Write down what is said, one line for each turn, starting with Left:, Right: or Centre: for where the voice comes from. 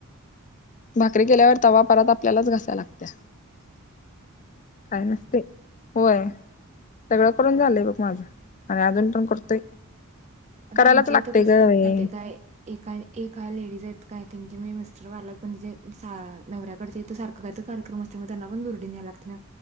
Left: भाकरी केल्यावर तवा, परात आपल्यालाच घासाय लागतंय. काय नसतय, होय सगळं करून झालंय बघ माझं, आणि अजून पण करतोय.
Right: आता
Left: करायलाच
Right: आमच्या
Left: लागतय
Right: इथं कसं
Left: ग बाई.
Right: माहित हाय काय ए-एका लेडीज आहेत काय ते हे मी मिस्टर वाल्यापण जे सा नवऱ्याकडचे ते सारखं काहीतरी कार्यक्रम असते, मग त्यांना पण दुर्डी न्यायाला लागते ना!